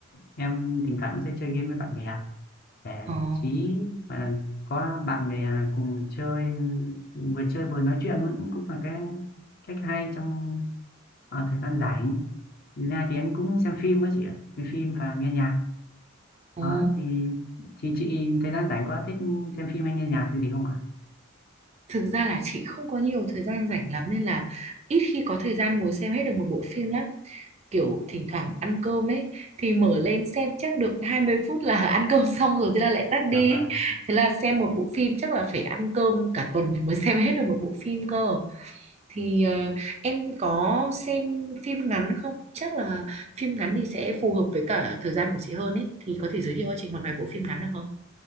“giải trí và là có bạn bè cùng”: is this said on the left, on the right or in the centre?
Left